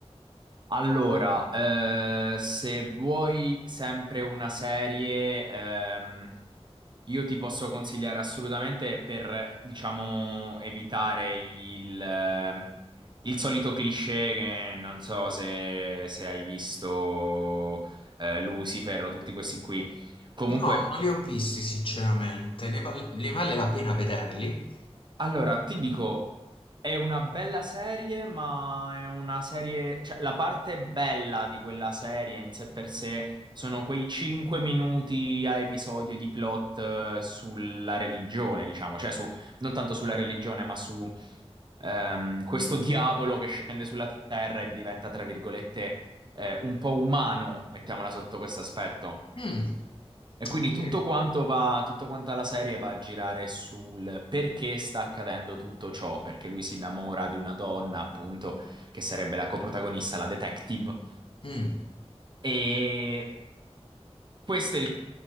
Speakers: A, on the right; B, on the left.
A: Allora, eh, se vuoi sempre una serie, ehm, io ti posso consigliare assolutamente per, diciamo, evitare il, ehm, il solito cliché che non so se, se hai visto, eh, Lucifer o tutti questi qui. Comunque,
B: No, non li ho visti sinceramente, ne vale, ne vale la pena vederli?
A: Allora, ti dico, è una bella serie, ma è una serie, cioè la parte bella di quella serie in sé per sé sono quei 5 minuti a episodio di plot eh, sulla religione, diciamo, cioè su, non tanto sulla religione, ma su ehm, questo diavolo che scende sulla terra e diventa, tra virgolette, eh, un po' umano, mettiamola sotto questo aspetto.
B: Mm,
A: E quindi tutto
B: sì.
A: quanto va, tutta quanta la serie va a girare sul perché sta accadendo tutto ciò, perché lui si innamora di una donna, appunto, che sarebbe la coprotagonista, la detective,
B: Mm.
A: e questo è il